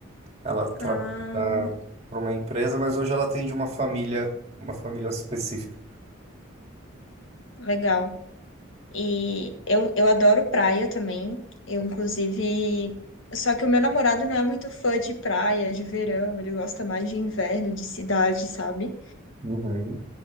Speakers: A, on the right (about 30°); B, on the left (about 70°).
A: Ela trabalha
B: Ah,
A: para uma empresa, mas hoje ela atende uma família, uma família específica.
B: legal. E eu, eu adoro praia também. Eu, inclusive. Só que o meu namorado não é muito fã de praia, de verão, ele gosta mais de inverno, de cidade, sabe?
A: Uhum.